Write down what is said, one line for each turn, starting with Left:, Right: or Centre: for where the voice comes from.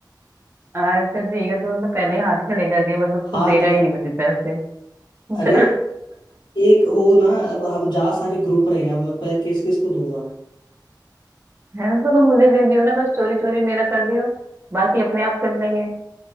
Right: हाँ, अच्छा ठीक है तूने तो पहले ही हाथ खड़े कर दिया मतलब
Left: हाथ
Right: तू देगा ही
Left: खट
Right: नहीं मुझे पैसे अच्छा,
Left: अरे एक हो ना अब हम जा सारे ग्रुप रहे हैं अब मैं पैर किस किस को दूंगा
Right: है तो तुम मुझे दे दियो ना बस चोरी चोरी मेरा कर दियो बाकी अपने आप कर लेंगे